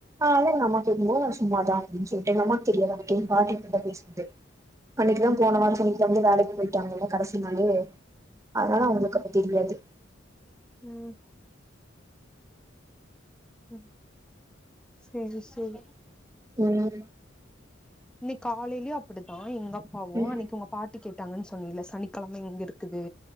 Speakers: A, on the right (about 15°); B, in the centre.
A: ஆன அம்மா கேக்குபோது நா சும்மாதா அப்டின்னு சொல்லிட்டு எங்க அம்மாக்கு தெரியது அந்த டைம் பாட்டி பேசுனது அன்னைக்குதா போன வார சனிக்கிழமையிருந்து வேலைக் போயிட்டாங்ளே கடைசி நாளு அதனால அவங்களுக்கு அப்ப தெரியாது
B: ம் ம் சேரி சேரி
A: ம்
B: இன்னை காலையிலயும் அப்படித்தான் எங்க பாவம்
A: ம்
B: அன்னைக்கு உங்க பாட்டி கே விட்டாங்கன்னு சொன்னல சனிக்கிழமை எங்க இருக்குது